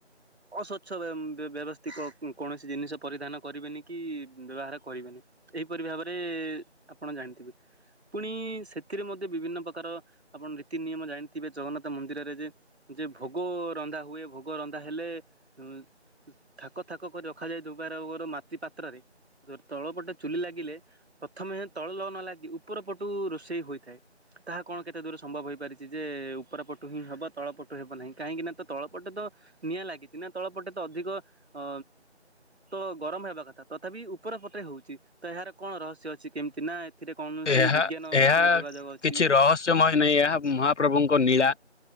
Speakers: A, on the right; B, on the left.
A: ଅସ୍ୱଚ୍ଛ ବେ ବ୍ୟବସ୍ଥିକ କୌଣସି ଜିନିଷ ପରିଧାନ କରିବେନି କି ବ୍ୟବହାର କରିବେନି। ଏହିପରି ଭାବରେ ଆପଣ ଜାଣିଥିବେ। ପୁଣି ସେଥିରେ ମଧ୍ୟ ବିଭିନ୍ନ ପ୍ରକାର ଆପଣ ରୀତି ନିୟମ ଜାଣିଥିବେ ।ଜଗନ୍ନାଥ ମନ୍ଦିରରେ ଯେ ଯେ ଭୋଗରନ୍ଧା ହୁଏ ଭୋଗ ରନ୍ଧା ହେଲେ ଉଁ ଥାକ ଥାକ କରି ରଖାଯାଏ ।ଦୁବାର ଓର ମାଟି ପାତ୍ରରେ। ଧ ତଳ ପଟେ ଚୁଲି ଲାଗିଲେ ପ୍ରଥମେ ତଳ ଲ ନ ଲାଗି ଉପର ପଟୁ ରୋଷେଇ ହୋଇଥାଏ। ତାହା କଣ କେତେ ଦୂର ସମ୍ଭବ ହୋଇପାରିଛି। ଯେ ଉପରପଟୁ ହିଁ ହବ ତଳ ପଟୁ ହବ ନାହିଁ, କାହିଁକି ନା ତ ତଳ ପଟେ ତ ନିଆଁ ଲାଗିଛି ନା, ତଳ ପଟେ ତ ଅଧିକ ଅ ତ ଗରମ ହେବା କଥା। ତଥାପି ଉପର ପଟେ ହଉଛି, ତ ଏହାର କଣ ରହସ୍ୟ ଅଛି କେମିତି ନା ଏଥିରେ କୌଣସି
B: ଏହା
A: ବିଜ୍ଞାନ
B: ଏହା
A: ଏଥିରେ ଯୋଗାଯୋଗ ଅଛି
B: କିଛି ରହସ୍ୟମୟ ନାଇଁ। ଏହା ମହାପ୍ରଭୁଙ୍କ ନୀ